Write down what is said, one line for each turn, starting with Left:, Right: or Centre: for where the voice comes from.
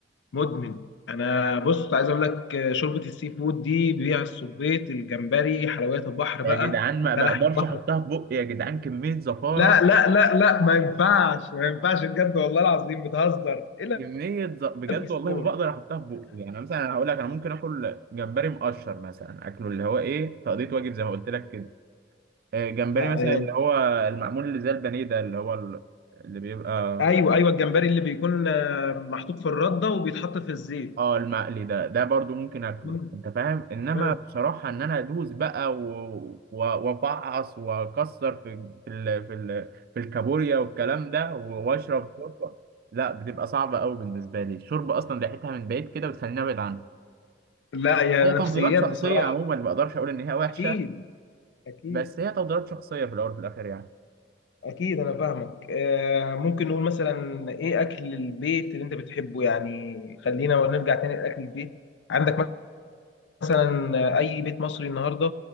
Left: مدمن انا بص عايز اقول لك آه، شوربه السي فود دي بيها الصبيط الجمبري حلويات البحر بقى
Right: يا جدعان ما
Left: بلح
Right: بقدرش
Left: البحر
Right: احطها في بقي يا جدعان كميه زفاره
Left: لا لا لا لا ما ينفعش ما ينفعش بجد والله العظيم بتهزر الا
Right: كميه ز... بجد
Left: الفسفور
Right: والله ما بقدر احطها في بقي يعني مثلا انا هقول لك انا ممكن اكل جمبري مقشر مثلا اكله اللي هو ايه تقضيه واجب زي ما قلت لك كده آه، جمبري
Left: لا
Right: مثلا
Left: يعني
Right: اللي هو المعمول اللي زي البانيه ده اللي هو ال- اللي بيبقى
Left: ايوه ايوه الجمبري اللي بيكون آه، محطوط في الرده وبيتحط في الزيت
Right: اه المقلي ده ده برضو ممكن اكله
Left: مم.
Right: انت فاهم انما
Left: مم.
Right: بصراحة ان انا ادوس بقى و- و- وافعص واكسر في في ال... في ال... في الكابوريا والكلام ده و- واشرب شوربة لا بتبقى صعبة قوي بالنسبة لي الشوربة اصلا ريحتها من بعيد كده بتخليني ابعد عنها
Left: لا يا
Right: هي تفضيلات
Left: نفسيات
Right: شخصية
Left: بصراحه
Right: عموما ما اقدرش اقول ان هي وحشة
Left: اكيد اكيد
Right: بس هي تفضيلات شخصية في الاول وفي الاخر يعني
Left: أكيد أنا فاهمك آه، ممكن نقول مثلا إيه أكل البيت اللي أنت بتحبه يعني خلينا نرجع تاني لأكل البيت عندك مثلا آه، أي بيت مصري النهاردة